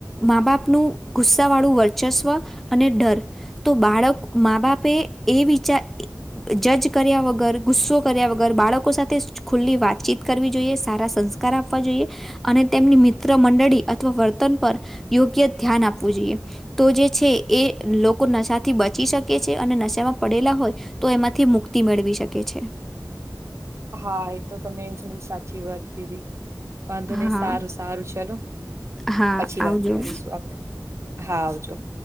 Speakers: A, in the centre; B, on the right (about 40°).
A: મા બાપનું ગુસ્સા વાળું વર્ચસ્વ અને ડર તો બાળક મા બાપે એ વિચાર જજ કર્યા વગર, ગુસ્સો કર્યા વગર, બાળકો સાથે ખુલ્લી વાતચીત કરવી જોઈએ સારા સંસ્ સંસ્કાર આપવા જોઈએ અને તેમની મિત્ર મંડળી વર્તન પર યોગ્ય ધ્યાન આપવું જોઈએ તો જે છે એ લોકો નશાથી બચી શકે છે. અને નશામાં પડેલા હોય તો એમાંથી મુક્તિ મેળવી શકે છે.
B: હા, એ તો તમેં ઘણી સાચી વાત કીધી વાંધો
A: હા
B: નહી, સારું સારું ચાલો.
A: હા
B: પછી
A: આવજો
B: વાત કરીશું આપડે, હા આવજો.